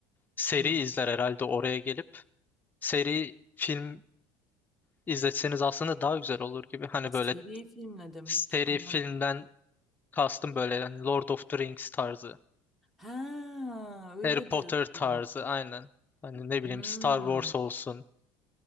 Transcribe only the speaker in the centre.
Hı.
Seri
film ne demek?
Anlamadım.
Ha, öyle
diyorsun.
Hmm.